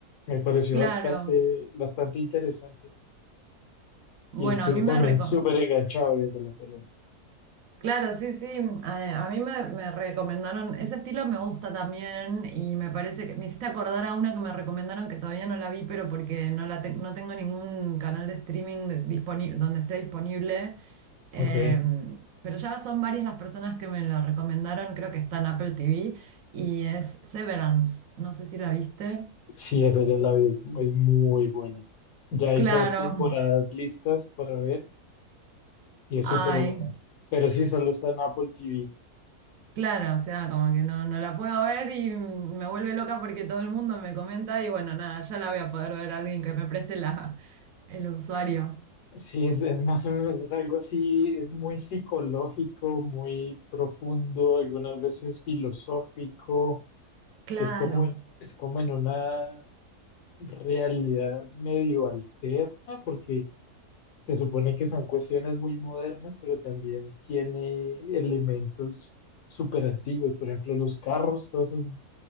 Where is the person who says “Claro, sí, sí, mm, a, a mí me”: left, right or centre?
Right